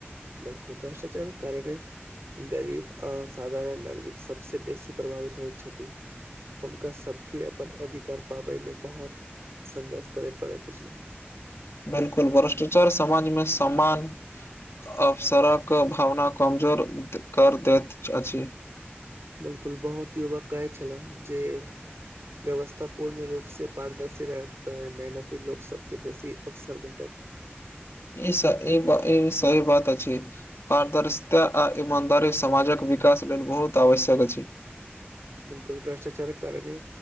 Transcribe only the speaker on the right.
'बिल्कुल' भ्रष्टाचार कारणे गरीब असाधारण नागरिक सबसे बेसी प्रभावित होइत छथि। हुनका सबके अपन अधिकार पाबै मे बहुत संघर्ष कर पड़ैत अछि।
'बिल्कुल' बहुत युवक कहै छले जे व्यवस्था पूर्ण रूप से पारदर्शी रहता है, मेहनती लोक सबके बेसी अवसर भेठत।
'बिल्कुल' भ्रष्टाचारक कारणे